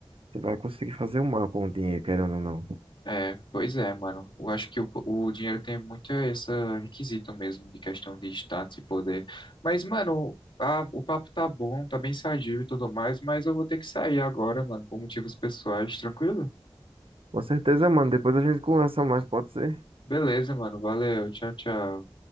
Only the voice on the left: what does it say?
É, pois é, mano. Eu acho que o, o dinheiro tem muito esse requisito mesmo de questão de status e poder. Mas, mano, a- o papo tá bom, tá bem sadio e tudo mais, mas eu vou ter que sair agora, mano, por motivos pessoais, tranquilo?
Beleza, mano. Valeu. Tchau, tchau.